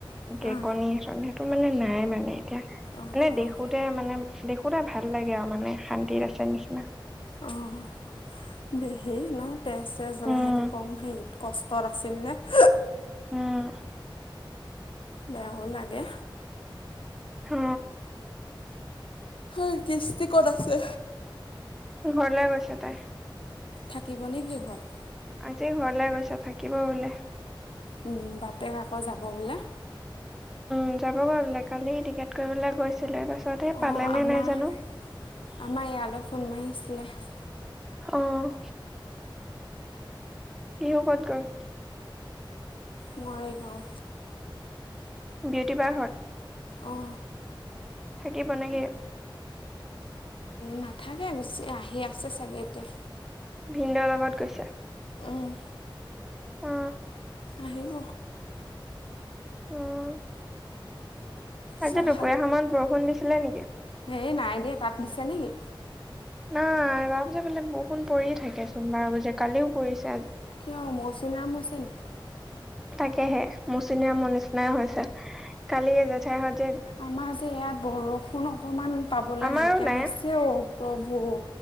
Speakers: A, on the left; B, in the centre.
A: অঁ
B: কেকনিৰ চন সেইটো মানে নাই মানে। এয়া মানে
A: অঁ
B: দেখোতে
A: অঁ
B: মানে দেখোতে ভাল লাগে আৰু মানে শান্তিত আছে নিচিনা।
A: অহ দে হেৰি ন তেজ চেজ উলাই
B: উম
A: সেইটো কম হেৰিত কচ ত'ৰ আছিল যে
B: উম।
A: বেয়াও লাগে।
B: অ
A: <unintelligible> কিস্তি ক'ত আছে?
B: ঘৰলে গৈছে তাই।
A: থাকিবনে কি ঘৰত?
B: আজি ঘৰলে গৈছে, থাকিব বোলে।
A: ও বাপেক আক' যাব বোলে।
B: উম, যাবগৈ বোলে। কালি টিকেট কৰিবলৈ গৈছিলে তাৰপিছত সেই পালে
A: অ',
B: নে
A: আমাৰ-আমাৰ
B: নাই জানো
A: ইয়ালে ফোন মাৰিছিলেহ।
B: অ'। ইহু ক'ত গল?
A: মৰিগাঁও।
B: বিউটি বাৰ ঘৰত।
A: অ'।
B: থাকিব নেকি?
A: নাথাকে গুচি আহি আছে চাগে এতিয়া।
B: ভিন্দোৰ লগত গৈছে।
A: উম,
B: অ।
A: আহিব।
B: উম। আজি
A: চাহ
B: দুপৰীয়া সময়ত বৰষুণ দিছিলে নেকি?
A: এই নাই দিয়া। তাত দিছে নেকি?
B: নাই বাইফালে বৰষুণ পৰি থাকেচোন বাৰ বাজে কালিও পৰিছ-
A: কিয় মৌচিন ৰাম হৈছে নি
B: তাকেহে মৌচিনে মোৰ নিচিনাই হৈছে কালিয়ে জেঠাই হত
A: আমাৰ যে ইয়াত বৰষুণ অকমান পাবলৈ
B: আমাৰো
A: নাইকিয়া
B: নাই
A: হৈছে অ প্ৰভু।